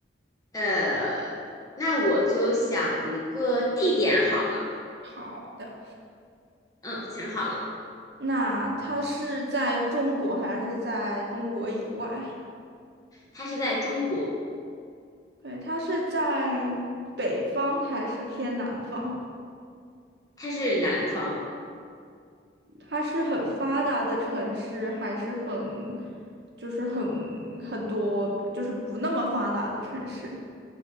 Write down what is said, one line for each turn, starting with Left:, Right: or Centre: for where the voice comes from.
Left: 呃，那我就想一个地点好了。
Right: 好的。
Left: 嗯，想好了，
Right: 那它是在中国还是在中国以外？
Left: 它是在中国，
Right: 对，它是在北方还是偏南方？
Left: 它是南方。
Right: 它是很发达的城市，还是很，就是很很多，就是不那么发达的城市